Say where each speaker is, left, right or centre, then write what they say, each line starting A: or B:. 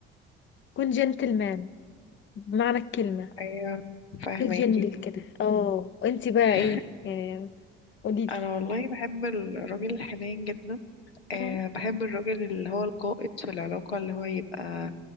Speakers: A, on the left; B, on the left.
A: يكون جنتلمان بمعنى الكلمة
B: ايوه فاهماكي
A: الجندل كده اه انتي بقى
B: <laughs>
A: ايه يعني قوليلي
B: انا والله بحب الراجل الحنين جدا أه
A: مم.
B: بحب الراجل اللي هو القائد في العلاقة اللي هو يبقى